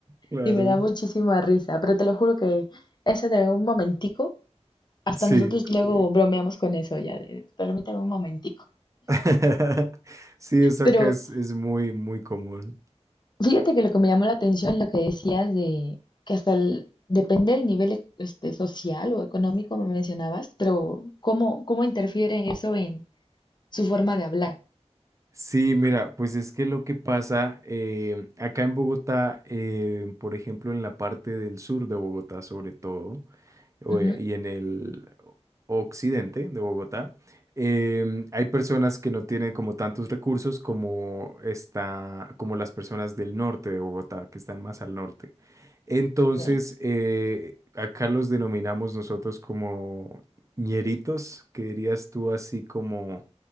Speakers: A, on the right (about 25°); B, on the left (about 40°).
A: Claro.
B: y me da muchísima risa, pero te lo juro que eso de un momentico, hasta
A: Sí.
B: nosotros luego bromeamos con eso ya, de, permítame un momentico.
A: <laughs> Sí, eso
B: Pero
A: acá es, es muy, muy común.
B: fíjate que lo que me llamó la atención es lo que decías de que hasta el- depende del nivel e- este, social o económico me mencionabas, pero ¿cómo, cómo interfiere eso en su forma de hablar?
A: Sí, mira, pues es que lo que pasa eh, acá en Bogotá, eh, por ejemplo, en la parte del sur de Bogotá sobre todo, o,
B: Ujú,
A: eh, y en el occidente de Bogotá, em, hay personas que no tienen como tantos recursos como está, como las personas del norte de Bogotá, que están más al norte. Entonces,
B: ok.
A: eh, acá los denominamos nosotros como ñeritos, que dirías tú así como,